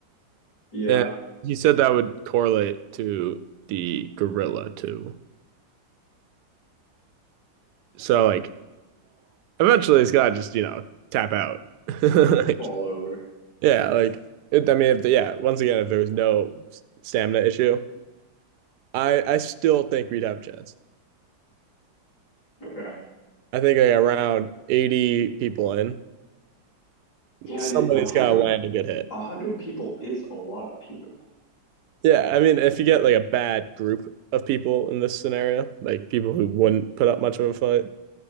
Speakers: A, on the left; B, on the right.
A: Yeah.
B: And he said that would correlate to the gorilla too. So like eventually it's gotta just you know tap out <laughs> like,
A: Fall over.
B: yeah like it, i mean if the, yeah once again if there was no stamina issue i i still think we'd have a chance
A: Okay.
B: i think like around 80 people in
A: Yeah.
B: somebody's
A: the- A hundred.
B: gotta land a good hit
A: A hundred people is a lot of people.
B: yeah i mean if you get like a bad group of people in this scenario like people who wouldn't put up much of a fight